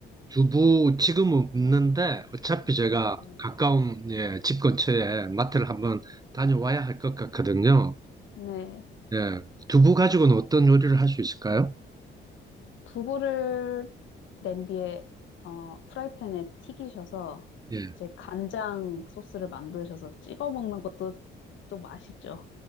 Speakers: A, on the right; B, on the left.
A: 두부 지금은 없는데 어차피 제가
B: 음,
A: 가까운 예, 집 근처에 마트를 한번 다녀와야 할 것 같거든요.
B: 네.
A: 예, 두부 가지고는 어떤 요리를 할 수 있을까요?
B: 두부를 냄비에, 어, 프라이팬에 튀기셔서
A: 예.
B: 이제 간장 소스를 만드셔서 찍어 먹는 것도 또 맛있죠.